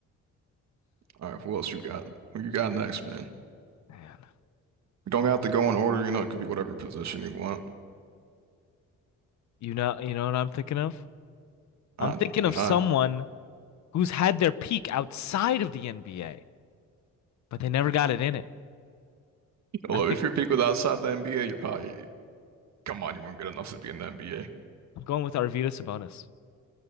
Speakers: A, on the right; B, on the left.
A: All right. Who else you got? Who you got next, man?
B: Man.
A: We don't have to go in order. You know, it could be whatever position you want.
B: You know, you know what I'm thinking of? I'm
A: I
B: thinking
A: do
B: of
A: not.
B: someone who's had their peak outside of the NBA. but they never got it in it.
A: Although
B: I think
A: if your pick was outside the NBA, you're probably Come on, you weren't good enough to be in the NBA.
B: I'm going with Arvydas Sabonis.